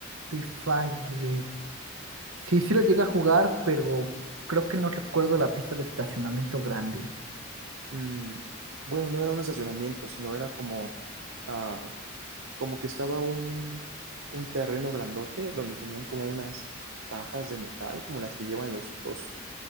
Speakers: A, on the right (about 80°); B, on the right (about 70°).
A: Free Fire. Sí, sí lo llegué a jugar, pero creo que no recuerdo la pista de estacionamiento grande.
B: Mm, bueno, no era un estacionamiento, sino era como, ah, como que estaba un, un terreno grandote donde tenían como unas cajas de metal, como las que llevan los, los,